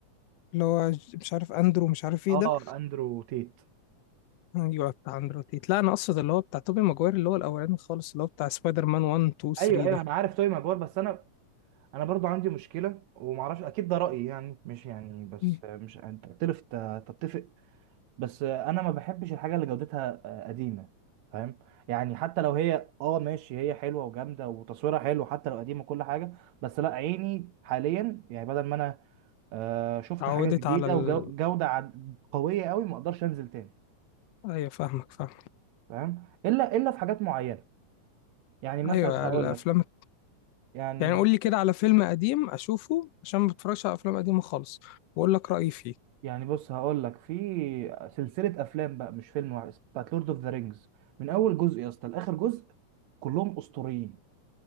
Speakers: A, on the left; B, on the right.
A: اللي هو ج- مش عارف أندرو مش عارف إيه
B: اه
A: ده
B: اندرو تيت
A: أيوه بتاع أندرو تيت لا أنا أقصد اللي هو بتاع توبي ماجواير اللي هو الأولاني خالص اللي هو بتاع سبايدر مان 1 2 3
B: ايوه ايوه
A: ده
B: انا عارف توبي ماجواير بس انا انا برضو عندي مشكله ومعرفش اكيد ده رايي يعني مش يعني بس
A: م.
B: مش انت تختلف تتفق بس انا ما بحبش الحاجه اللي جودتها آه، قديمه فاهم يعني حتى لو هي اه ماشي هي حلوه وجامده وتصويرها حلو حتى لو قديمه كل حاجه بس لا عيني حاليا يعني بدل ما انا آه، شفت
A: اتعودت
B: حاجه جديده
A: على ال...
B: وجوده عد- قويه قوي ما اقدرش انزل تاني
A: أيوه فاهمك فاهمك
B: فاهم الا الا في حاجات معينه يعني مثلا
A: أيوه
B: هقول
A: الأفلام
B: لك يعني
A: يعني قول لي كده على فيلم قديم اشوفه عشان ما بتفرجش على افلام قديمه خالص واقول لك رايي فيه
B: يعني بص هقول لك في سلسله افلام بقى مش فيلم واحد بتاعت لورد اوف ذا رينجز من اول جزء يا اسطى لاخر جزء كلهم اسطوريين